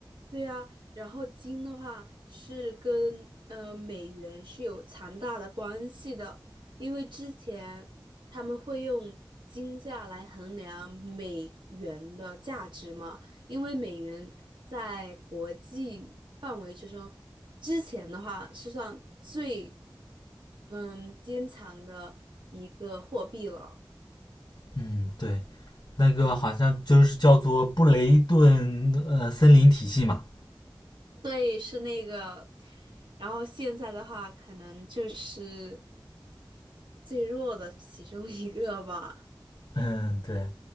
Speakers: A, on the right; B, on the left.
A: 对呀，然后金的话是跟呃美元是有强大的关系的，因为之前他们会用金价来衡量美元的价值嘛，因为美元在国际范围之中，之前的话是算最嗯坚强的一个货币了。
B: 嗯，对，那个好像就是叫做布雷顿呃森林体系嘛。
A: 对，是那个。然后现在的话，可能就是最弱的其中一个吧。
B: 嗯，对，